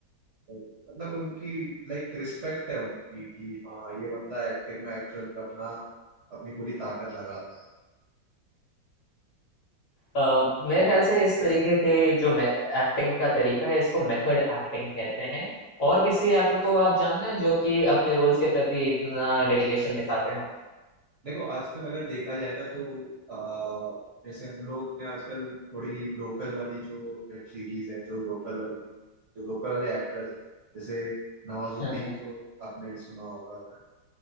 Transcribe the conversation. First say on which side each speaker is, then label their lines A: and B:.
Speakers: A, on the right (about 55°); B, on the left (about 50°).
A: मतलब उनकी लाइक रिस्पेक्ट है उनकी कि हाँ ये बंदा एक्टिंग में एक्चुअल में अपना अपनी पूरी ताकत लगाता है
B: अ, मेरे
A: और
B: ख्याल से इस तरीके के जो एक्टिंग का तरीका है इसको मेथड एक्टिंग कहते हैं और किसी एक्टर
A: अच्छा,
B: को आप जानते हैं जो कि अपने रोल्स के प्रति इतना डेडिकेशन दिखाते हो
A: देखो आजकल अगर देखा जाए ना तो आ, जैसे हम लोग ने आजकल थोड़ी लोकल वाली जो वेब सीरीज है जो लोकल वाली जो लोकल वाले एक्टर्स हैं जैसे नवाजुद्दीन
B: हम्म हम्म,
A: को आपने सुना होगा अगर